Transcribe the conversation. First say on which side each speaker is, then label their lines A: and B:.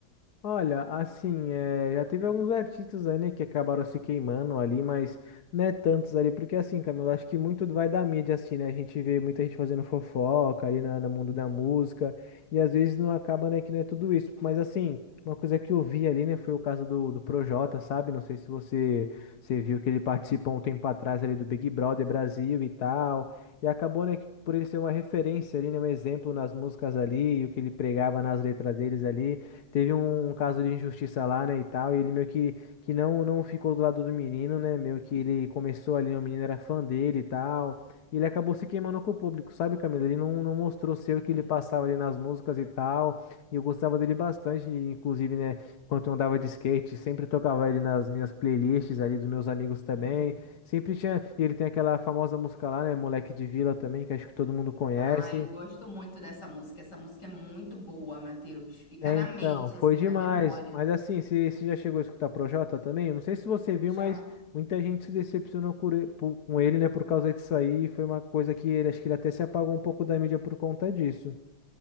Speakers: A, on the left; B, on the left.
A: Olha, assim, é, já teve alguns artistas aí, né, que acabaram se queimando ali, mas não é tantos ali, porque assim, Camilo, acho que muito vai da mídia, assim, né, a gente vê muita gente fazendo fofoca ali na- no, mundo da música, e às vezes não acaba, né, que não é tudo isso, mas assim, uma coisa que eu vi ali, né, foi o caso do, do Projota, sabe, não sei se você, você viu que ele participou um tempo atrás ali do Big Brother Brasil e tal, e acabou, né, que por ele ser uma referência ali, né, um exemplo nas músicas ali, e o que ele pregava nas letras deles ali, teve um, um caso de injustiça lá, né, e tal, e ele meio que, que não, não ficou do lado do menino, né, meio que ele começou ali, né, o menino era fã dele e tal, e ele acabou se queimando com o público, sabe, Camila? Ele não, não mostrou ser
B: Uhum,
A: o que ele passava ali nas músicas e tal, e eu gostava dele bastante, e inclusive, né, quando eu andava de skate, sempre tocava ele nas minhas playlists ali dos meus amigos também,
B: uhum.
A: sempre tinha, e ele tem aquela famosa música lá, né, Moleque de Vila também, que acho que todo mundo conhece,
B: Ah, eu gosto muito dessa música. Essa música é muito boa, Matheus. Fica
A: É,
B: na
A: então,
B: mente,
A: foi
B: assim,
A: demais.
B: na memória.
A: Mas assim, você você já chegou a escutar Projota também? Eu Não sei se você viu,
B: Já,
A: mas muita gente se decepcionou com ele, por- com ele, né, por causa disso aí. Foi uma coisa que ele, acho que ele até se apagou um pouco da mídia por conta disso.